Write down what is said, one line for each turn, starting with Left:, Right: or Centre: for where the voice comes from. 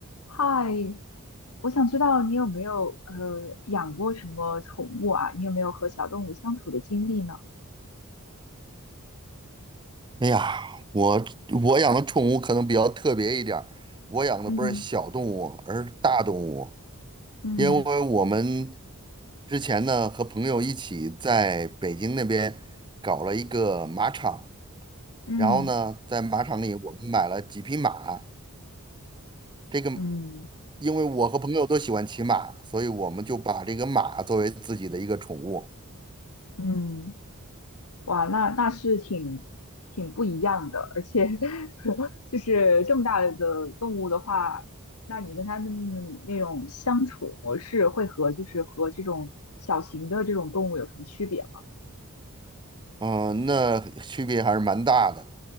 Left: 嗨，我想知道你有没有呃养过什么宠物啊？你有没有和小动物相处的经历呢？
Right: 哎呀，我我养的宠物可能比较特别一点儿，我养的不是小动物，
Left: 嗯
Right: 而是大动物。
Left: 嗯
Right: 因为我们之前呢和朋友一起在北京那边搞了一个马场，
Left: 嗯
Right: 然后呢在马场里我们买了几匹马。这个
Left: 嗯
Right: 因为我和朋友都喜欢骑马，所以我们就把这个马作为自己的一个宠物。
Left: 嗯，哇，那那是挺挺不一样的，而且 <laughs> 就是这么大的动物的话，那你跟它们那种相处模式会和就是和这种小型的这种动物有什么区别吗？
Right: 嗯，那区别还是蛮大的。